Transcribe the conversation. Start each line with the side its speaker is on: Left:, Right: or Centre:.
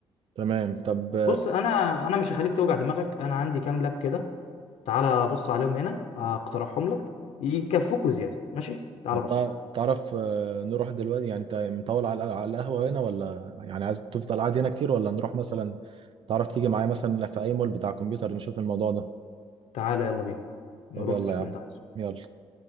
Right: تمام طب
Left: بص انا انا مش هخليك توجع دماغك انا عندي كام لاب كده تعالى بص عليهم هنا اقترحهم لك يكفوك وزيادة ماشي تعالى
Right: طب
Left: بص
Right: تع- تعرف آه، نروح دلوقتي يعني انت مطول على على القهوة هنا ولا يعني عايز تفضل قاعد هنا كتير ولا نروح مثلا تعرف تيجي معايا مثلا في اي مول بتاع كمبيوتر نشوف الموضوع ده
Left: تعالى يلا بينا نروح
Right: طب يلا
Left: نشوف
Right: يا عم
Left: اللي انت عايزه
Right: يلا